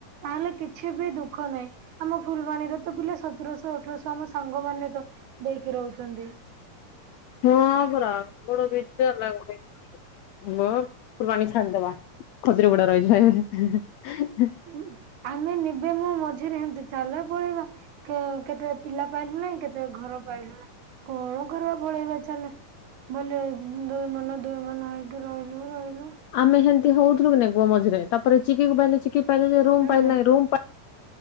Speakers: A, on the right; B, on the left.
A: ତାହେଲେ କିଛି ବି ଦୁଃଖ ନାହିଁ ଆମ ଫୁଲବାଣୀରେ ତ ପିଲା ସତରଶହ ଅଠରଶହ ଆମ ସାଙ୍ଗମାନୋନେ ତ ଦେଇକି ରହୁଛନ୍ତି।
B: ହଁ ପରା ବଡ ବିଜାରା ଲାଗୁଚି। ମୋ ଫୁଲବାଣୀ ଛାଡ଼ିଦବା ଖଜୁରୀ ପଡା ରହିଯିବା।
A: ଉଁ ଆମେ ନିବେ ମୁଁ ମଝିରେ ଏମତି ଚାଲ ପଳେଇବା। କେ କେତେ ପିଲା ପାଇଲୁ ନାହିଁ କେତେ ଘର ପାଇଲୁ ନା କଣ କରିବା ପଳେଇବା ଚାଲେ। ବଲେ ଦୁଇ ମନ ଦୁଇ ମନ ହେଇକି ରହିଲୁ ରହିଲୁ।
B: ଆମେ ସେମତି ହଉଥିଲୁ କି ନାଇଁ କୁହ ମଝିରେ ତାପରେ ଚିକିକୁ ପାଇଲେ ଚିକି ପାଇଲେ ଯେ ରୁମ୍
A: ହୁଁ।
B: ପାଇଲେ ରୁମ